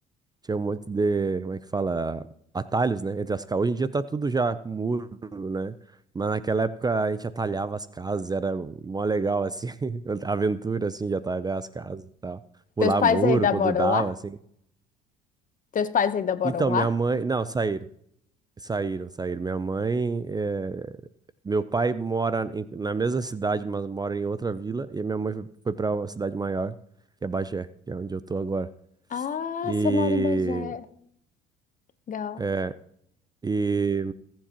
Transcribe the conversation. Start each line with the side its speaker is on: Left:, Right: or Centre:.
Right: tinha um monte de, como é que fala, atalhos, né, entre as casas. Hoje em dia tá tudo já com muro, né? Mas naquela época a gente atalhava as casas, era mó legal, assim, <laughs> a aventura, assim, de atalhar as casas e tal. Pular
Left: Teus pais
Right: muro
Left: ainda
Right: quando
Left: moram
Right: dava,
Left: lá?
Right: assim.
Left: Teus pais ainda moram
Right: Então,
Left: lá?
Right: minha mãe... Não, saíram. Saíram, saíram. Minha mãe... eh, Meu pai mora em- na mesma cidade, mas mora em outra vila. E a minha mãe foi, foi para uma cidade maior, que é Bagé, que é onde eu tô agora.
Left: Ah,
Right: E...
Left: você mora em Bagé. Legal.
Right: É, e